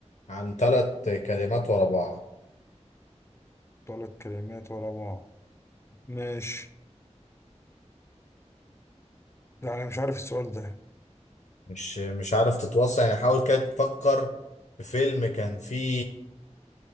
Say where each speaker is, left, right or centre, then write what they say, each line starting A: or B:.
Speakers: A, on the left; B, on the left.
A: عن ثلاث كلمات ورا بعض
B: ثلاث كلمات ورا بعض ماشي لا انا مش عارف السؤال ده
A: مش مش عارف تتوصل يعني حاول كده تفكر في فيلم كان فيه